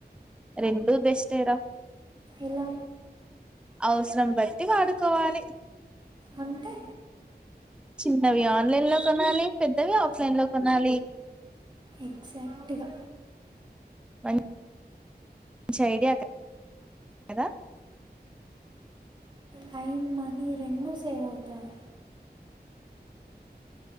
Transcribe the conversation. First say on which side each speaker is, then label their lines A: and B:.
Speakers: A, in the centre; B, on the right.
A: రెండూ బెస్ట్ ఏరా
B: ఎలా
A: అవస్ రంబట్ ఉత్తిగా పడుకోవాలి
B: అంటే
A: చిన్నవి ఆన్లైన్ లో కొనాలి పెద్దవి ఆఫ్లైన్ లో కొనాలి
B: ఎక్సాక్టుగా
A: మ మంచి ఐడియా కదా
B: టైమ్ మనీ రెండు సేవ్ అవుతాయి